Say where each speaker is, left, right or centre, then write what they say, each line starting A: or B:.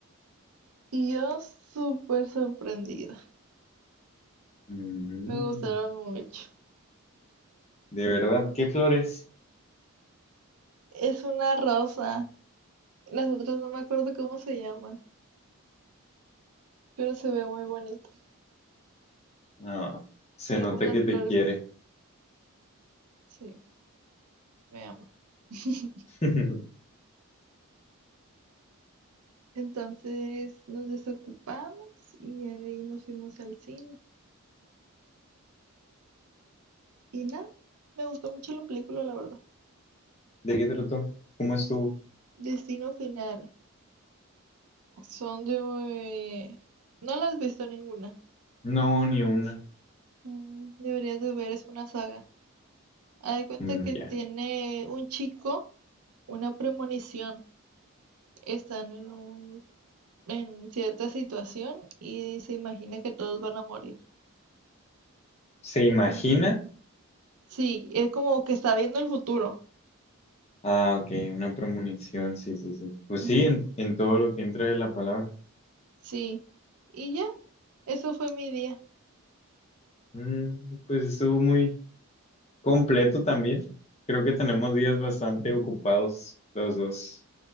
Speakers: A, on the right (about 85°); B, on the left (about 30°).
A: y yo súper sorprendida.
B: Mm,
A: Me gustaron mucho.
B: ¿De verdad? ¿Qué flores?
A: Es una rosa. Las otras no me acuerdo cómo se llaman, pero se ve muy bonito.
B: no. Se
A: Yo
B: nota
A: amo las
B: que
A: flores.
B: te quiere.
A: Sí, me amo. <laughs>
B: <laughs> ¿De
A: Entonces nos desocupamos y de ahí nos fuimos al cine. Y nada, me gustó mucho la película, la verdad.
B: qué trató? ¿Cómo estuvo?
A: Destino Final. Son de... No las has visto ninguna.
B: No, ni una.
A: Mm, Deberías de ver, es una saga. Haz de cuenta
B: Mm,
A: que
B: ya.
A: tiene un chico una premonición. Están en un, en cierta situación y se imagina que todos van a morir.
B: ¿Se
A: Entonces,
B: imagina?
A: sí, es como que está viendo el futuro.
B: Ah, ok, una premonición, sí, sí, sí. Pues
A: Ujú,
B: sí, en, en todo lo que entra de la palabra.
A: Sí. Y ya, eso fue mi día.
B: Mm, pues estuvo muy completo también. Creo que tenemos días bastante ocupados los dos.